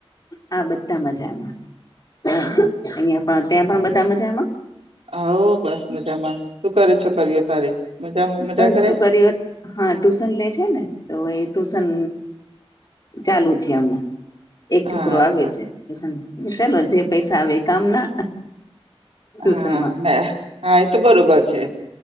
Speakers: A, on the left (about 40°); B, on the right (about 85°).
A: હા બધા મજામાં અહિંયા
B: હમ્મ
A: પણ ત્યાં પણ બધા મજામાં?
B: હવ બસ મજામાં શું કરે છોકરીઓ તારી? મજામાં મજા
A: બસ
B: કરે
A: છોકરીઓ હા ટુશન લે છે ને તો એ ટુશન ચાલુ છે અમણાં એક
B: હા
A: છોકરો
B: અચ્છા.
A: આવે છે ટ્યુશન ચાલો જે પૈસા આવે કામ ના ટ્યુશનમાં
B: હા હા એ તો બરોબર છે